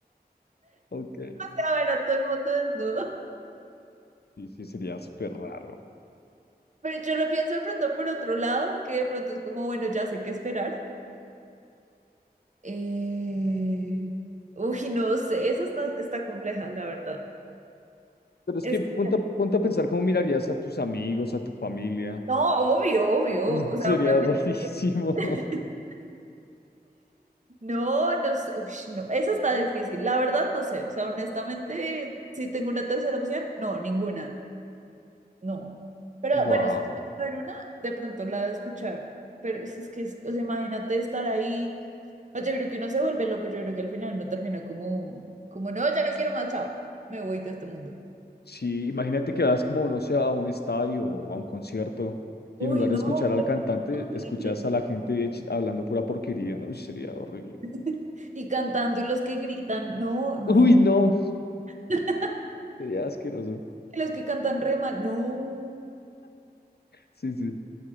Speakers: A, on the left (about 75°); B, on the right (about 45°).
A: Ok.
B: Ah, a ver a todo el mundo desnudo.
A: Sí, sí, sería súper raro.
B: Pero yo lo pienso de pronto por otro lado, que de pronto es como, bueno, ya sé qué esperar. Eh... Uy, no sé, eso está, está compleja, la verdad.
A: Pero es
B: Es
A: que
B: que,
A: ponte, a- ponte a pensar cómo mirarías a tus amigos, a tu familia.
B: no, obvio, obvio.
A: <laughs>
B: O
A: Sería
B: sea, obviamente.
A: rarísimo.
B: <laughs>
A: <laughs>
B: No, no sé, ush, no, eso está difícil. La verdad, no sé. O sea, honestamente, si tengo una tercera opción, no, ninguna. No. Pero
A: Wow.
B: bueno, si te puedes ver una, de pronto la de escuchar. Pero es, es que, es- o sea, imagínate estar ahí. No, yo creo que uno se vuelve loco. Yo creo que al final no termina como, como, no, ya no quiero más, chao. Me voy de este mundo.
A: Sí, imagínate que vas como, no sé, a un estadio o a un concierto y
B: Uy,
A: en lugar
B: no,
A: de escuchar al
B: qué
A: cantante,
B: ru- tan horrible.
A: escuchas a la gente ch- hablando pura porquería, ¿no? Uy, sería horrible.
B: <laughs> Y cantando y los que gritan, no, imagínate.
A: <laughs> Uy, no,
B: <laughs>
A: sería asqueroso.
B: Y los que cantan re mal, no,
A: Sí, sí.